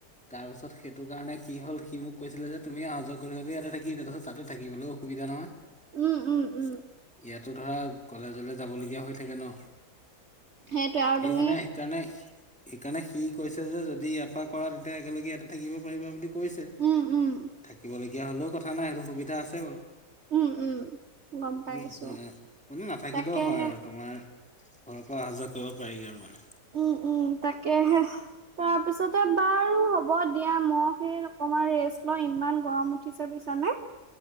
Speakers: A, in the centre; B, on the right.
A: তাৰপিছত সেইটো কাৰণে কি হ'ল সি মোক কৈছিলে যে তুমি অহা যোৱা কৰি থ ইয়াতে থাকি তাৰপিছত তাতে থাকিবলৈও অসুবিধান নহয়
B: উম, উম, উম,
A: ইয়াতো ধৰা কলেজলে যাবলগীয়া হৈ থাকে ন
B: সেইটোৱে আৰু
A: সেই
B: তুমি
A: মানে সেইকাৰণে সেইকাৰণে সি কৈছে যে যদি আপাক কৰা তেতিয়া একেলগে এটা থাকিব পাৰিবা বুলি কৈছে
B: উম, উম,
A: থাকিবলগীয়া হলেও কথা কথা নাই সেইটো সুবিধা আছে বাৰু
B: উম, উম, গম
A: কিন্তু
B: পাইছোঁ
A: এ মানে নাথাকিলেও
B: তাকেহে
A: হয় আৰু তোমাৰ ঘৰৰ পৰা অহা যোৱা কৰিব পাৰি আৰু মানে।
B: উম, উম তাকে তাৰ তাৰপিছতে বাৰু হ'ব দিয়া ম সেই অকণমান ৰেষ্ট লওঁ ইমান গৰম উঠিছে বুজিছানে